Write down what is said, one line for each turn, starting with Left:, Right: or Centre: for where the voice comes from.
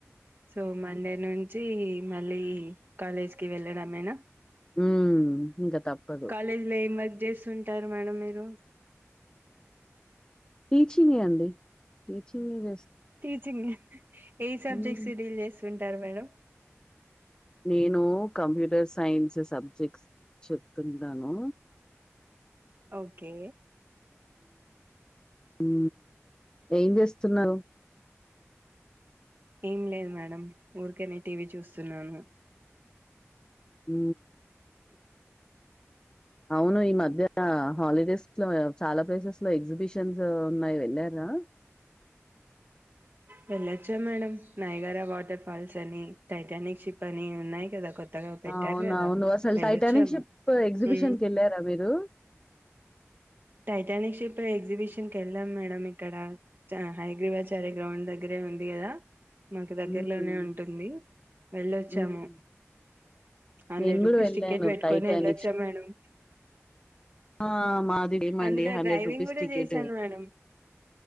Right: సో మండే నుంచి మళ్ళీ కాలేజ్కి వెళ్ళడమేనా.
Left: ఉమ్, ఇంకా తప్పదు
Right: కాలేజ్ లో ఏం వర్క్ చేస్తుంటారు మేడం మీరు.
Left: టీచింగ్గే అండి. టీచింగే గ.
Right: టీచింగ్ ఏ సబ్జెక్ట్స్
Left: ఉమ్,
Right: డీల్ చేస్తుంటారు మేడం.
Left: నేను కంప్యూటర్ సైన్స్ సబ్జెక్ట్స్. చెప్తుంటాను.
Right: ఓకే
Left: ఉ ఏం చేస్తున్నారు.
Right: ఏం లేదు మేడం ఊరికనే టీవీ చూస్తున్నాను.
Left: ఊ. అవును ఈ మధ్య హాలిడేస్లో చాలా ప్లేసెస్ లో ఎగ్జిబిషన్స్ ఉన్నాయి వెళ్ళారా.
Right: వెళ్ళొచ్చా మేడం నాయగారా వాటర్ ఫాల్స్ అని టైటానిక్ షిప్ అని ఉన్నాయి కదా కొత్. కొత్తగా పెట్టారు
Left: అవునవును.
Right: కదా
Left: అసలు
Right: వెళ్ళొచ్చాము
Left: 'టైటానిక్ షిప్' ఎగ్జిబిషన్‌కెళ్లారా
Right: హ.
Left: మీరు?
Right: టైటానిక్ షిప్ ఎగ్జిబిషన్ కు వెళ్ళాం మేడం ఇక్కడ హైదరాబాద్ చరెక్. గ్రౌండ్ దగ్గరే ఉంది కదా. మాకు దగ్గరలోనే
Left: హ్మ్.
Right: ఉంటుంది వెళ్ళొచ్చాము.
Left: హ్మ్.
Right: హండ్రెడ్
Left: నేను
Right: రూపీస్
Left: గూడా వెళ్ళాను
Right: టిక్కెట్ పెట్టుకొని
Left: 'టైటానిక్
Right: వెళ్ళొచ్చా
Left: షిప్'
Right: మేడం.
Left: ఆ. మాది సేమండి
Right: అందులో
Left: రూ.
Right: డ్రైవింగ్ కూడా
Left: టికెట్.
Right: చేశాను మేడం.